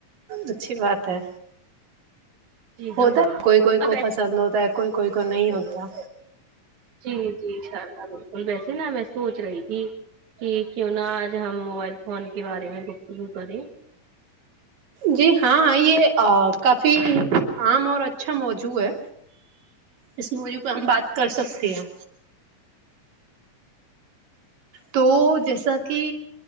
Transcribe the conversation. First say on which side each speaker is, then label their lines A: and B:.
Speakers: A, on the right; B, on the right.
A: اچھی بات ہے
B: جی
A: ہوتا
B: ہاں
A: ہے کوئی کوئی
B: اب
A: کو
B: ایسے
A: پسند ہوتا ہے کوئی کوئی کو نہیں ہوتا
B: جی جی ان شاء اللہ بالکل ویسے نہ میں سونچ رہی تھی کی کیوں نہ آج ہم موبائل فون کے بارے میں گفتگو کریں
A: جی ہاں یہ کافی عام اور اچھا موضوع ہے اس موضوع پہ ہم بات کر سکتے ہیں تو جیسا کی